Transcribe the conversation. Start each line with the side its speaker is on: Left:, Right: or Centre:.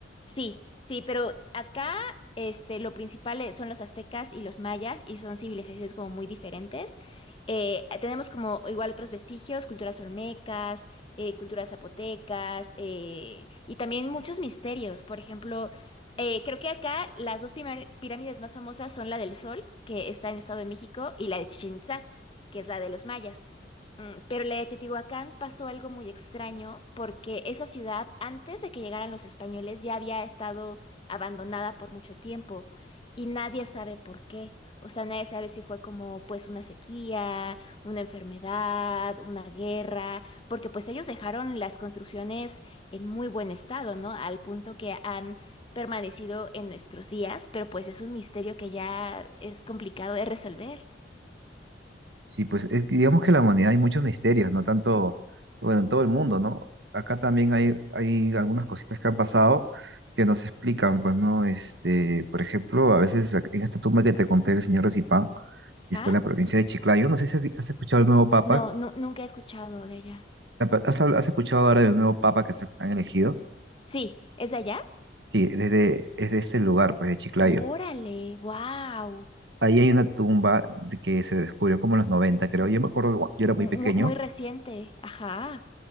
Left: Sí, sí, pero acá este, lo principal eh, son los aztecas y los mayas y son civilizaciones como muy diferentes. Eh, tenemos como igual otros vestigios, culturas olmecas, eh, culturas zapotecas eh, y también muchos misterios. Por ejemplo, eh, creo que acá las dos primar- pirámides más famosas son la del Sol, que está en Estado de México, y la de Chichén Itzá, que es la de los mayas. Mm, Pero la de Teotihuacán pasó algo muy extraño porque esa ciudad, antes de que llegaran los españoles, ya había estado abandonada por mucho tiempo y nadie sabe por qué. O sea, nadie sabe si fue como pues una sequía, una enfermedad, una guerra, porque pues ellos dejaron las construcciones en muy buen estado, ¿no? Al punto que han permanecido en nuestros días, pero pues es un misterio que ya es complicado de resolver.
Right: Sí, pues es que digamos que en la humanidad hay muchos misterios, no tanto, bueno, en todo el mundo, ¿no? Acá también hay, hay algunas cositas que han pasado que nos explican, pues, ¿no? Este, por ejemplo, a veces en esta tumba que te conté del señor Recipán, que
Left: ¿Ah?
Right: está en la provincia de Chiclayo, no sé si has vi- has escuchado el nuevo papa,
Left: No, no, nunca he escuchado de ella.
Right: Apa- ¿Has, habl- has escuchado ahora del nuevo papa que se han elegido?
Left: Sí, ¿es de allá?
Right: Sí, desde, desde ese lugar, pues de Chiclayo.
Left: Órale, wow.
Right: Ahí hay una tumba de que se descubrió como en los noventa creo. Yo me acuerdo, que cua- yo era muy
Left: Muy,
Right: pequeño.
Left: muy reciente. Ajá,